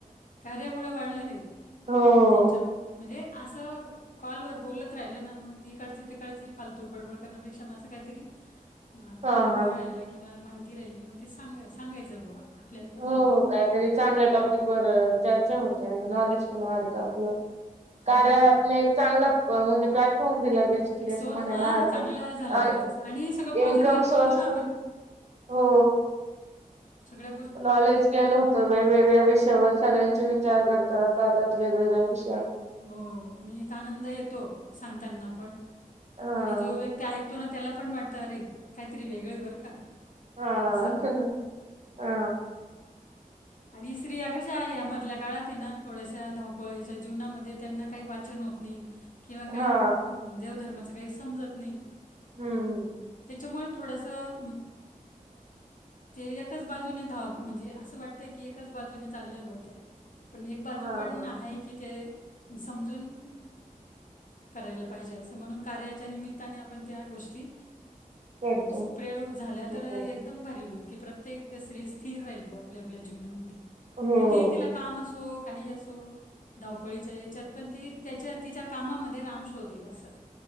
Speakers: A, on the left; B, on the right.
A: कार्यामुळे वाढलं हे.
B: हो
A: त्यांच्या मु म्हणजे असं कॉलवर बोलत राहिलं ना, मग इकडचे तिकडचे फालतूक बडबड करण्यापेक्षा मग असं काहीतरी अ
B: हा
A: अनुभव
B: हा
A: राहिला किंवा माहिती राहिली ना मग ते सांग सांगायचं बुवा. आपल्याला पण
B: हो
A: राहिली
B: हो काहीतरी चांगल्या टॉपिक वर चर्चा होते, आणि नॉलेज पण वाढत आपलं.
A: हां
B: कार्या आपले चांगलं म्हणजे प्लॅटफॉर्म दिलाय बेसिकली
A: एक सोर्स
B: अस म्हणायला
A: हां
B: हरकत
A: चांगलं झालं
B: आणि
A: खरंच सगळं पॉझिटिव्ह
B: इनकम
A: बोलतो
B: सोर्स
A: ना
B: पण हो
A: सगळ
B: नॉलेज गेन होत वेगवेगळ्या विषयावर सगळ्यांचे विचार करत करतात वेगवेगळ्या विषया
A: हो आणि एक आनंद येतो. सांगताना पण
B: हा
A: आणि जो व्यक्ती ऐकतो ना त्याला पण वाट अरे काहीतरी वेगळे आहे बरं का.
B: हा
A: असं
B: असना हा
A: आणि स्त्रिया कशा आहे या मधल्या काळात ये ना थोड्याश्या धावपळीच्या जीवनामध्ये त्यांना काही वाचन होत नाही. किंवा काही
B: हा
A: देवधर्माचं काही समजत नाही.
B: हम्म हम्म
A: त्याच्यामुळे थोडासं ते एकाच बाजूने धाव, म्हणजे असं वाटतंय की एकाच बाजूने चालल्या बवा त्या. पण एक बाजू
B: हा
A: पण
B: हा
A: आहे की ते समजून करायला पाहिजे. असं म्हणून कार्याच्या निमित्ताने आपण त्या गोष्टी
B: करतो
A: स्प्रे झाल्या तर
B: ओके.
A: एकदम भारी होईल की प्रत्येक स्त्री स्थिर राहील बवा आपल्या आपल्या जीवनामध्ये.
B: हो
A: कितीही तिला काम असो काही असो धावपळीच्या याच्यात पण ती त्याच्या तिच्या कामामध्ये राम शोधेल असं.